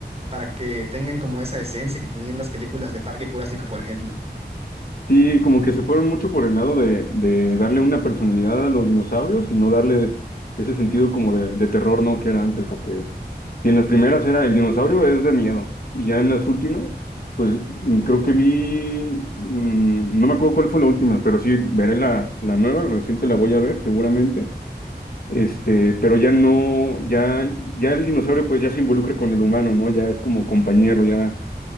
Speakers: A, on the right; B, on the left.
A: para que tengan como esa esencia que tenían las películas de Parque Jurásico, por ejemplo.
B: Sí, como que se fueron mucho por el lado de, de darle una personalidad a los dinosaurios y no darles ese sentido como de, de terror, ¿no? Que era antes, porque si en las primeras era el dinosaurio es de miedo y ya en las últimas, pues mm, creo que vi, mm, no me acuerdo cuál fue la última, pero sí veré la, la nueva, la reciente la voy a ver seguramente, este, pero ya no, ya, ya el dinosaurio pues ya se involucra con el humano, ¿no? Ya es como compañero, ya